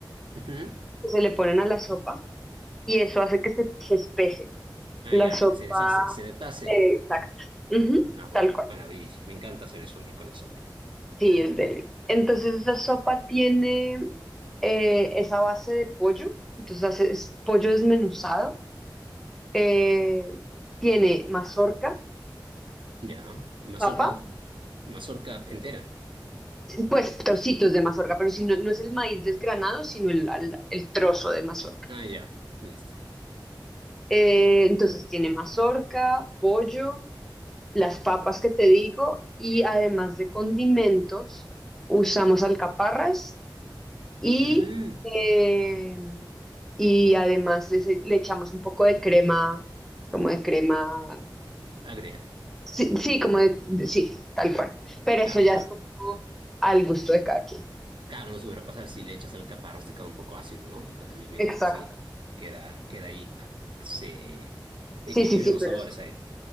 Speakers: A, on the right; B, in the centre.
A: Ujú.
B: que se le ponen a la sopa y eso hace que se, se espese.
A: Ah,
B: La
A: ya,
B: sopa,
A: que se deshace, se deshace.
B: eh, exacto, ujú,
A: Ah,
B: tal
A: una
B: cual.
A: maravilla. Me encanta hacer eso a mí con la sopa.
B: Sí, es deli. Entonces esa sopa tiene eh, esa base de pollo, entonces hace- es pollo desmenuzado, eh, tiene mazorca,
A: Ya. Mazorca,
B: papa,
A: mazorca entera.
B: pues trocitos de mazorca, pero si no, no es el maíz desgranado, sino el, al- el trozo de mazorca.
A: Ah, ya. Listo.
B: Eh, entonces tiene mazorca, pollo, las papas que te digo y además de condimentos usamos alcaparras Y,
A: Mm,
B: eh, y además les e- le, echamos un poco de crema, como de crema,
A: agria.
B: sí, sí, como de, de- sí, tal cual. Pero
A: Claro,
B: eso ya
A: para,
B: es como al gusto de cada quien.
A: claro, no se hubiera pasar si le echas alcaparras te queda un poco ácido, ¿no? Entonces yo pienso
B: Exacto.
A: que sí. Queda, queda ahí. Ah, Se
B: Sí,
A: equilibran
B: sí, sí,
A: los
B: pero
A: sabores
B: es...
A: ahí.